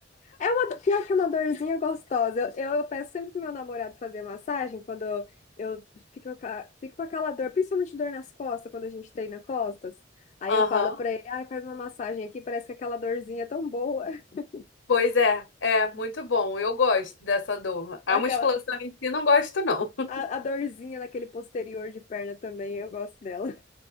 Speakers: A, on the left (about 40°); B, on the left (about 85°).
A: É uma, do- pior que uma dorzinha gostosa. Eu, eu peço sempre pro meu namorado fazer massagem quando eu, eu fico, com a- fico com aquela dor, principalmente dor nas costas, quando a gente treina costas. Aí
B: Aham.
A: eu falo pra ele, ah, faz uma massagem aqui, parece que aquela dorzinha é tão boa. <laughs>
B: Pois é, é muito bom. Eu gosto dessa dor. A
A: Aquela,
B: musculação em si não gosto, não. <laughs>
A: A, a dorzinha naquele posterior de perna também, eu gosto dela.